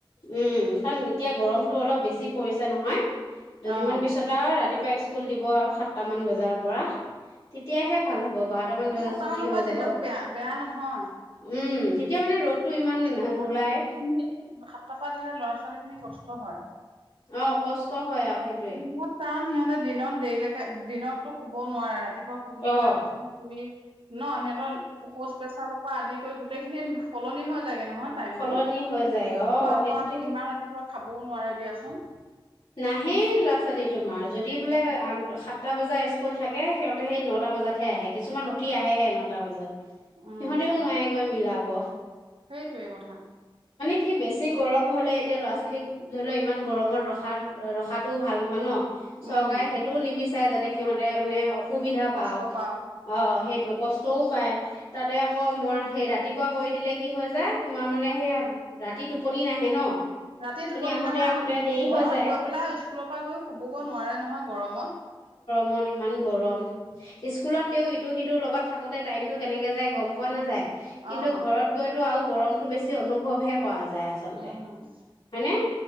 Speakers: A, on the left; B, on the right.
A: উম কাৰণ এতিয়া গৰমটো অলপ বেছি পৰিছে নহয়। দুদিনমান
B: অ',
A: পিছত আৰু ৰাতিপ স্কুল দি হ'ব আৰু সাতটা মান বজাৰ পৰা তেতিয়াহে ভাল হ'ব। হ'ব বাৰটামান
B: এই
A: বজাত
B: সাতটা
A: ছুটি
B: মানৰ
A: হৈ
B: পৰা
A: যাব,
B: দিলেও বেয়া, বেয়া নহয়।
A: উম। তেতিয়া মানে ৰ'দটো ইমান
B: সাতটাৰ
A: নোলায়
B: পৰা দিলে ল'ৰা-ছোৱালীক খিনি কষ্ট হয়।
A: অ', কষ্ট হয় আৰু সেইটোৱে।
B: দিনত কাৰণ সিহঁতে দিনত দেৰিলৈকে, দিনতো শুবও নোৱাৰে ৰাতি সোনকালে
A: অঁ
B: উঠি ফুৰি ন সিহঁতৰ শৌচ পেচাব পৰা আদি গোটেইখিনি সলনি হয় হয় চাগে নহয় টাইমটো
A: সলনি হৈ যায় অঁ
B: খোৱা-বোৱাটো
A: সেইটো তেতিয়া
B: ইমান ৰাতিপুৱা খাব নোৱাৰে দিয়াচোন
A: নাহে ল'ৰা ছোৱালী তোমাৰ যদি বোলে
B: উম,
A: আঠ সাতটা বজা স্কুল স্কুল থাকে সিহঁতে সেই নটা বজাতহে আহে কিছুমান উঠি আহেহে নটা বজাত সিহঁতেও
B: উম
A: নোৱাৰেগৈ মিলাব বৱাহ <unintelligible>
B: সেইটোৱে কথা
A: কি বেছি গৰম হ'লে এতিয়া ল'ৰা ছোৱালী ধৰি লওক ইমান গৰমত ৰখ ভাল ৰখাটোও ভাল নহয় ন চৰকাৰে
B: উম,
A: সেইটোও নিবিচ চাই যাতে সিহঁতে মানে অস সুবিধা
B: কষ্ট
A: পাওঁক
B: পাওঁ।
A: অ সেই কষ্টও পায় তাতে আকৌ মই সেই ৰাতিপুৱা কৰি দিলে কি হয় যায় তোমাৰ মানে সেই ৰাতি টোপনি নাহে ন
B: ৰাতি টোপনি
A: আহোতে
B: নহা
A: আহোতে
B: ঘৰত
A: দেৰি
B: ঘৰত
A: হৈ যায়
B: গৈ পেলাই স্কুলৰ পৰা গৈ শুবগৈ নোৱাৰে নহয় গৰমত
A: মন ইমান গৰম স্কুলত তেওঁ ইটো সিটোৰ লগত থাকোঁতে টাইমটো কেনেকৈ যায় গম পোৱা নাযায় কিন্তু
B: অ',
A: ঘৰত গৈতো আৰু গৰমতটো বেছি অনুভৱ হে পোৱা যায় আচলতে,
B: উম।
A: হয়নে।